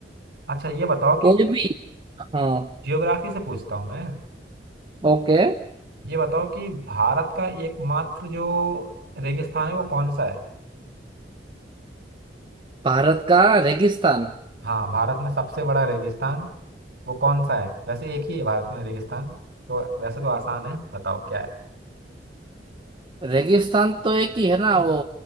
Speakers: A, on the right; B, on the right.
A: अच्छा ये बताओ
B: कोई
A: कि
B: भी हाँ
A: जियोग्राफी से पूछता हूँ मैं
B: ओके
A: ये बताओ कि भारत का एकमात्र जो रेगिस्तान है वो कौन सा है
B: भारत का रेगिस्तान
A: हाँ भारत में सबसे बड़ा रेगिस्तान वो कौन सा है वैसे एक ही है भारत में रेगिस्तान तो वैसे तो आसान है बताओ क्या है
B: रेगिस्तान तो एक ही है ना वो